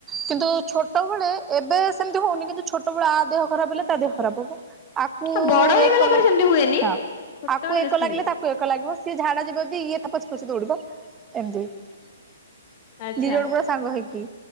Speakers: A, on the right; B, on the left.
A: କିନ୍ତୁ ଛୋଟବେଳେ ଏବେ ସେମିତି ହଉନି କିନ୍ତୁ ଛୋଟବେଳେ ଆ ଦେହ ଖରାପ ହେଲେ ତା ଦେହ ଖରାପ ହବ। ଆକୁ
B: ହଁ ବଡ ହେଇଗଲା
A: ଏକ
B: ପରେ
A: ଲାଗେ
B: ସେମିତି ହୁଏନି।
A: ହଁ
B: ଛୋଟବେଳେ
A: ଆକୁ ଏକ
B: ବେଶୀ
A: ଲାଗିଲେ
B: ହୁଏ
A: ତାକୁ କୁ ଏକ ଲାଗିବ ସିଏ ଝାଡା ଯିବବି ଇଏ ତା ପଛେ ପଛେ ଦୌଡିବ। ଏମତି
B: ଆଚ୍ଛା
A: ଦି ଜଣ ପୁରା ସାଙ୍ଗ ହେଇକି